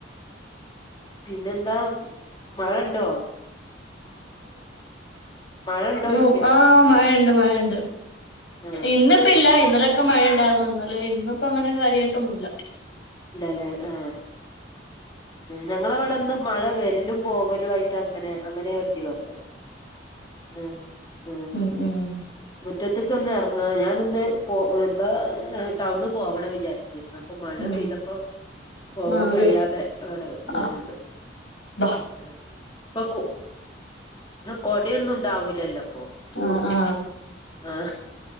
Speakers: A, on the left (about 25°); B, on the left (about 75°).
A: പിന്നെന്താ മഴ ഉണ്ടോ? മഴ ഉണ്ടോയ്ക്ക
B: ഉ ആ മഴയുണ്ട് മഴയുണ്ട്
A: ആഹ്
B: ഇന്നിപ്പ ഇല്ല ഇന്നലെ ഒക്കെ ഇണ്ടാർന്നു. ഒക്കെ മഴ ഉണ്ടായിരുന്നു ഇന്നലെ ഇന്നിപ്പോ അങ്ങനെ കാര്യമായിട്ടൊന്നുമല്ല.
A: ഇല്ലല്ലേ ആ ഞങ്ങള അവിടെ ഇന്ന് മഴ കൂടുതലാ വരലും പോവലും ആയിട്ട് അങ്ങനെ അങ്ങനെയ ഒരു ദിവസം ഉം ആ
B: ഉം ഉം
A: മുറ്റത്തക്ക് ഒന്ന് ഇറങ്ങാ ഞാൻ ഇന്ന് പോ എന്താ ടൗണിൽ പോവണം വിചാരിച്ചിരുന്ന് അപ്പൊ മഴ
B: ഉം
A: പെയ്തപ്പ പോവാൻ
B: ആ ഒരു
A: കഴിയാതെ ഇവിടെ നിന്ന്.
B: ആ ബാ
A: ഉം പ്പക്കു കൊടയൊന്നും ഉണ്ടാവൂലല്ലോപ്പൊ
B: ആ ആ
A: ആ